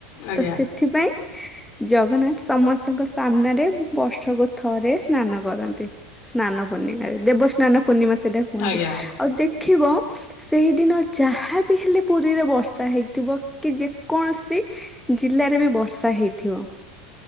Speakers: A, on the left (about 50°); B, in the centre.
A: ଆଜ୍ଞା
B: ତ ସେ ସେଥିପାଇଁ ଜଗନ୍ନାଥ ସମସ୍ତଙ୍କ ସାମ୍ନାରେ ବର୍ଷକୁ ଥରେ ସ୍ନାନ କରନ୍ତି। ସ୍ନାନ ପୂର୍ଣ୍ଣିମାରେ। ଦେବସ୍ନାନ ପୂର୍ଣ୍ଣିମା ସେଇଟା କୁ କୁହନ୍ତି।
A: ଆଜ୍ଞା ଆଜ୍ଞା
B: ଆଉ ଦେଖିବ ସେଇଦିନ ଯାହା ବିି ହେଲେ ପୁରୀରେ ବର୍ଷା ହେଇଥିବ। କି ଯେକୌଣସି ଜିଲ୍ଲାରେ ବି ବର୍ଷା ହେଇଥିବ।